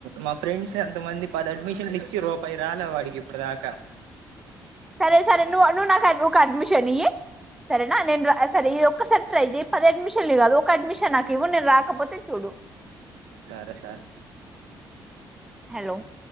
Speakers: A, on the right; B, in the centre.
A: మా ఫ్రెండ్స్ ఎంతమంది పది అడ్మిషన్లు ఇ చి రూపాయి రాలే వాడికి ఇప్పుడు దాకా.
B: సరే సరే నువ్వు నువ్వు నాకు వద్దు ఒక అడ్మిషన్ ఇయ్యి సరే న నే సరే ఈ ఒసారి ట్రై చెయ్ పది అడ్మిషన్లు కాదు ఒక అడ్మిషన్ నాకు ఇవ్వు నేను రాకపోతే చూడు
A: సరే సరే
B: హలో